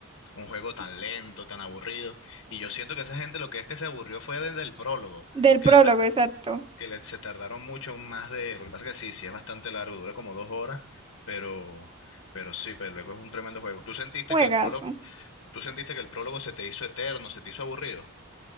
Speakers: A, on the left; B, on the right.
A: un juego tan lento, tan aburrido. Y yo siento que esa gente lo que es que se aburrió fue desde el prólogo,
B: Del
A: que
B: prólogo,
A: le, ta-
B: exacto.
A: que le- se tardaron mucho más de... Lo que pasa es que sí, sí es bastante largo, dura como dos horas, pero, pero sí, pero luego es un tremendo juego. ¿Tú sentiste
B: Juegazo.
A: que el prólogo, tú sentiste que el prólogo se te hizo eterno, se te hizo aburrido?